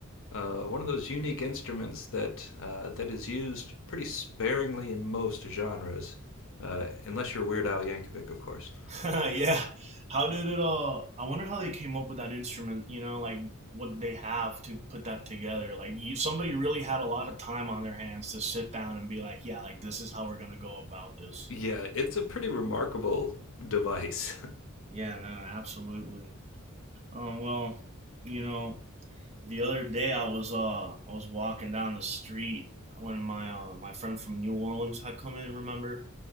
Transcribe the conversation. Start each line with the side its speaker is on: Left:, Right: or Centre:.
Left: uh, one of those unique instruments that uh, that is used pretty sparingly in most genres, uh, unless you're Weird Al Yankovic, of course.
Right: <laughs> yeah. How did it all? I wonder how they came up with that instrument. You know, like what they have to put that together. Like you, somebody really had a lot of time on their hands to sit down and be like, yeah, like this is how we're gonna go about this.
Left: Yeah, it's a pretty remarkable device.
Right: Yeah, no, absolutely. Uh, well, you know, the other day I was uh I was walking down the street when my uh, my friend from New Orleans had come in. Remember?